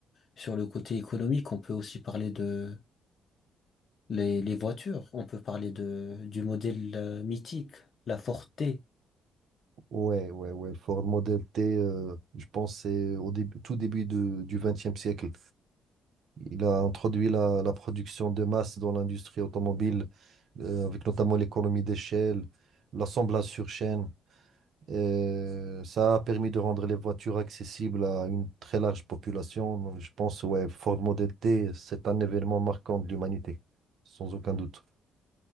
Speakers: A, on the left; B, on the right.
A: sur le côté économique, on peut aussi parler de, les, les voitures. On peut parler de, du modèle euh, mythique, la Forte.
B: Ouais, ouais, ouais. Ford Model T, euh, je pense c'est au début, tout début de- du XXe siècle. Il a introduit la, la production de masse dans l'industrie automobile, euh, avec notamment l'économie d'échelle, l'assemblage sur chaîne. Et ça a permis de rendre les voitures accessibles à une très large population. Donc, Je pense, ouais, Ford Model T, c'est un événement marquant de l'humanité, sans aucun doute.